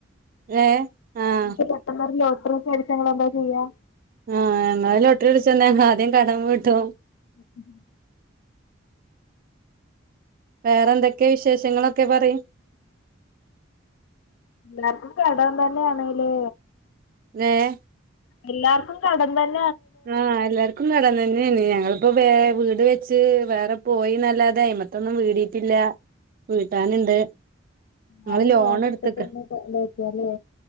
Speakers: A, on the right (about 45°); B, on the left (about 75°).
A: ഏഹ് ആഹ്
B: ങ്ങക്ക് പെട്ടെന്നൊരു ലോട്ടറിയൊക്ക അടിച്ചാ എന്താ ചെയ്യാ?
A: ആഹ് ഞങ്ങള് ലൊട്ടറി അടിച്ചന്നെ ആദ്യം കടം വീട്ടും
B: <unintelligible>
A: വേറെന്തൊക്കെയാ വിശേഷങ്ങളൊക്കെ പറി
B: എല്ലാർക്കും കടം തന്നെയാണ്ലെ
A: നേഹ്
B: എല്ലാർക്കും കടം തന്നെ
A: ആഹ് എല്ലാര്ക്കും ന്നും നടന്നുന്നെയെ ഞങ്ങളിപ്പോ വേ വീട് വെച്ച് വേറെ പോയിന്നല്ലാതെ നെയ്മത്തൊന്നും വീടീട്ടില്ല. വീട്ടാന്ണ്ട് ങ്ങള്
B: ആരും
A: ലോണട്ത്ത്ക്ക
B: ലോണെടുത്തിട്ടൊന്നും ഇല്ലായിരിക്കുവല്ലേ